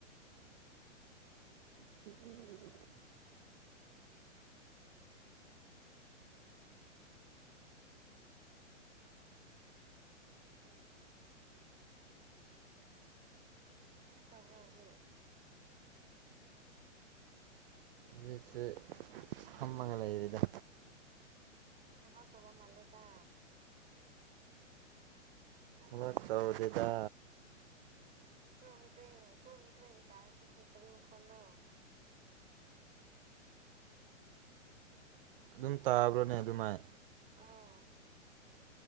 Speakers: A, on the right; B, on the right.
A: <unintelligible>
B: <unintelligible> <unintelligible> ꯀꯔꯤ ꯇꯧꯕ꯭ꯔꯣ ꯍꯧꯖꯤꯛ
A: ꯖꯤꯛꯁꯦ ꯐꯝꯃꯒꯥ ꯂꯩꯔꯤꯗꯥ
B: <unintelligible> ꯇꯧꯕ ꯃꯥꯂꯦꯗ
A: ꯕꯥ ꯇꯧꯗꯦꯗꯥ
B: ꯀ꯭ꯔꯣꯡ ꯀ꯭ꯔꯦꯡ ꯀ꯭ꯔꯣꯡ ꯀ꯭ꯔꯦꯡ ꯇꯥꯔꯁꯤꯅꯤ ꯀꯔꯤ ꯃꯈꯣꯟꯅꯣ
A: ꯑꯗꯨꯝ ꯇꯥꯕ꯭ꯔꯣꯅꯦ ꯑꯗꯨꯃꯥꯏ
B: ꯑꯥꯎ